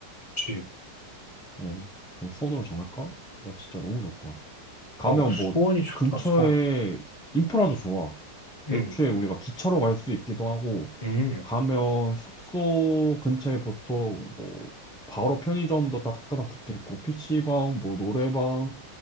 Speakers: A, on the left (about 25°); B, in the centre.
A: 그치.
B: 어, 그럼 수원으로 정할까? 나 진짜 너무 좋다. 가면
A: 어, 수원이
B: 뭐,
A: 좋다,
B: 근처에
A: 수원.
B: 인프라도 좋아.
A: 음,
B: 애초에 우리가 기차로 갈 수 있기도 하고,
A: 음,
B: 가면 숙소 근처에 보통 뭐, 바로 편의점도 다닥다닥 붙어 있고, PC방, 뭐, 노래방,